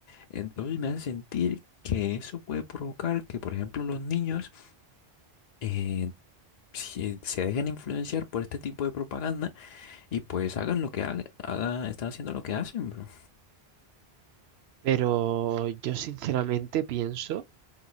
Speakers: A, on the left (about 55°); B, on the right (about 80°).
A: Entonces me hace sentir que eso puede provocar que, por ejemplo, los niños eh, se, se dejen influenciar por este tipo de propaganda y pues hagan lo que hagan, haga, están haciendo lo que hacen, bro.
B: Pero yo sinceramente pienso